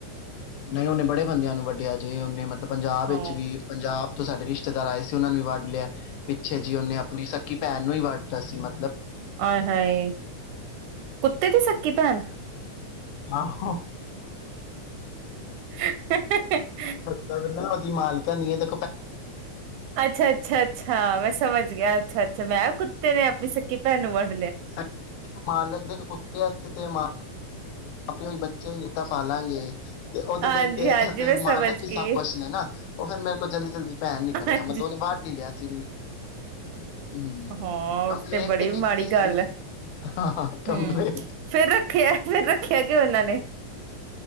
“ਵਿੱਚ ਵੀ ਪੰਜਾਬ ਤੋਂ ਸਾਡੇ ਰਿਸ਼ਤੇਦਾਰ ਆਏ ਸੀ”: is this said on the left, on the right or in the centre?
Left